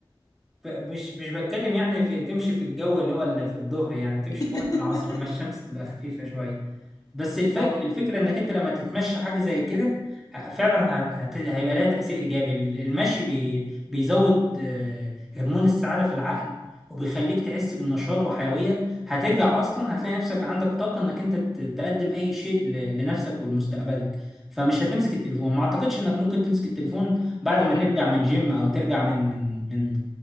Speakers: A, in the centre; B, on the left.
A: ب- مش مش بتكلم يعني في تمشي في الجو اللي هو اللي في الظهر يعني تمشي
B: <laughs>
A: في وقت العصر لما الشمس تبقى خفيفة شوية بس الفك...
B: اه
A: الفكرة انك انت لما تتمشى حاجة زي كده ه- فعلا هت... هت- هيبقى لها تأثير ايجابي ال- المشي بي... بيزود آه، هرمون السعادة في العقل وبيخليك تحس بالنشاط وحيوية هترجع اصلا هتلاقي نفسك عندك طاقة انك انت ت- تقدم اي شيء ل... لنفسك ولمستقبلك فمش هتمسك التليفون ما اعتقدش انك ممكن تمسك التليفون بعد
B: طب
A: ما ترجع
B: انت
A: من جيم او ترجع من من من